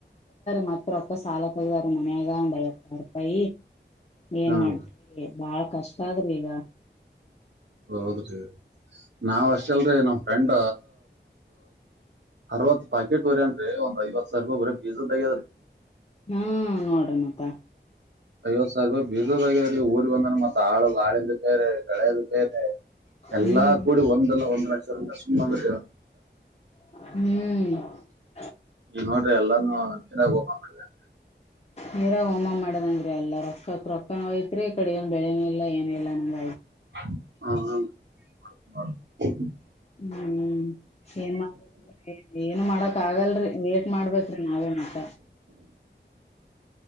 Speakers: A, on the left (about 35°); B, on the right (about 70°).
A: ಮತ್ತೊಕ್ಕ ಸಾಲಕ್ಕೆಗದಾರ ಮನ್ಯಾಗಯಪೈ ಏನ್
B: ಹ್ಞೂನ್ರಿ
A: ಮಾಡ್ತ ಬಾಳ್ ಕಷ್ಟ ಆದ್ರ ಈಗ
B: ಹೌದ್ರಿ ನಾವ ಅಷ್ಟಲ್ರರಿ ನಮ್ ಫ್ರೆಂಡ ಅರವತ್ತು ಪ್ಯಾಕೆಟ್ ಊರೇನ್ರೀ ಒಂದ್ ಐವತ್ ಸಾವರ್ಗ ಒಬ್ರ ಬೀಜದ ತಗ್ಯದ್ರೀ
A: ಹಾ ನೋಡಣಪ್ಪ
B: ಐವತ್ ಸಾವಿರ ರೂಪಾಯಿ ಬೀಸೋದಗ್ಯೀ ಊರ್ ಬಂದ್ರ ಮತ್ ಆಳಗ್ ಹಾಳದ ತೇ ಬೆಳೆದೇರಿ
A: ಹ್ಮ್
B: ಎಲ್ಲಾ ಕೂಡಿ ಒಂದಲ್ಲ ಒಂದ್ ಲಕ್ಷ ಸು ಅಂದ್ರ
A: ಹ್ಮ್
B: ಈ ನೋಡ್ರಿ ಎಲ್ಲಾನೂ ಹರಾಗ ಹೋಗ್ ಹೋಗ್ತ
A: ನೀರಾಗ ಹೋಮ ಮಾಡದಂಗ್ರೀ ಎಲ್ಲ ರೊಕ್ಕಕ್ ರೊಕ್ಕನ ಹಯತ್ರಿ ಕಡಗ ಬೆಳೆನ ಇಲ್ಲ ಏನ ಇಲ್ಲ ಅನ್ನ
B: ಹಾ
A: ಹ್ಮ್ ಏನ್ ಮಾಡ್ಬೇಕ ಏನ್ ಮಾಡಕ್ ಆಗಲ್ರಿ ಏಟ್ ಮಾಡ್ಬೇಕ್ರೀ ನಾವೇ ಮಾಸ